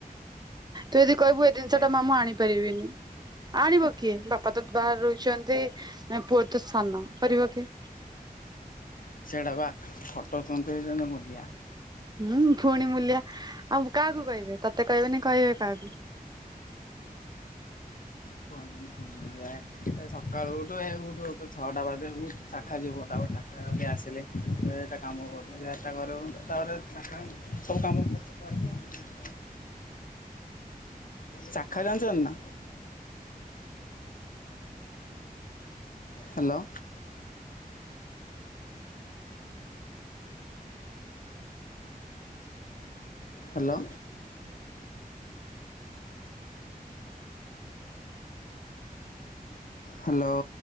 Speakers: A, on the right (about 25°); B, on the left (about 60°).
A: ତୁ ଯଦି କହିବୁ ଏ ଦିନିଷଟା
B: ଆଜ୍ଞା
A: ମା ମୁଁ ଆଣିପାରିବିନି। ଆଣିବ କିଏ ବାପା ତ ବାହାରେ ରହୁଚନ୍ତି ଏଁ ପୁଅ ତ ସାନ କରିବ କିଏ?
B: ସେଇଟା ପା ଖଟଉଚନ୍ତି ଯେମତି ମୂଲିଆ।
A: ଉଁ ଫୁଣି ମୂଲିଆ, ଆଉ କାହାକୁ କହିବେ ତତେ କହିବେନି କହିବେ କାହାକୁ?
B: କୁହନ୍ତୁନି, କୁହନ୍ତୁନି, ଯାହା ଏଇ ସକାଳୁ ଉଠୁ, ଏଇ ଉଠୁ ଉଠୁ ଛଅଟା ବାଜିଲାଣି ଉଠୁ, ଶାଖା ଯିବୁ, ତାପରେ ଶାଖା ଗଲି ଆସିଲି ଏଇଟା କାମ କରିବ, ଯଟା କରିବୁ, ତାପରେ ସବୁ କାମ କରିବୁ ଆ ଚାଖା ଜାଣିଚନ୍ତି ନା? ହାଲୋ। ହାଲୋ। ହାଲୋ।